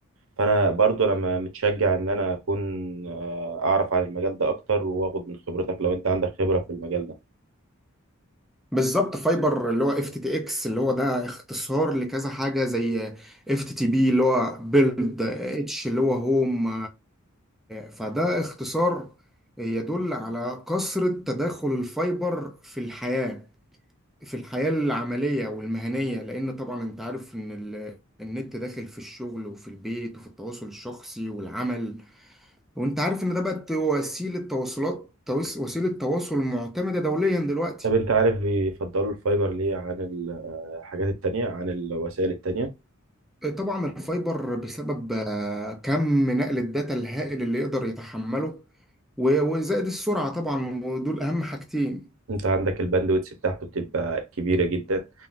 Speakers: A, on the right; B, in the centre.
A: فانا برضو انا متشجع ان انا اكون آه، اعرف عن المجال ده اكتر واخد من خبرتك لو انت عندك خبرة في المجال ده
B: بالظبط فايبر اللي هو FTTX اللي هو ده اختصار لكذا حاجة زي FTTP اللي هو بيلد اتش اللي هو هوم فده اختصار يدل على كثرة تداخل الفايبر في الحياة في الحياة العملية والمهنية لأن طبعا أنت عارف إن ال- النت داخل في الشغل وفي البيت وفي التواصل الشخصي والعمل وأنت عارف إن ده بقت وسيلة تواصلات توس- وسيلة تواصل معتمدة دوليا دلوقتي
A: طب انت عارف بيفضلوا الفايبر ليه عن الحاجات التانية عن الوسائل التانية
B: طبعا الفايبر بسبب آه، كم نقل الداتا الهائل اللي يقدر يتحمله و- وزائد السرعة طبعا ودول أهم حاجتين
A: انت عندك الباندويتس بتاعته بتبقى كبيرة جدا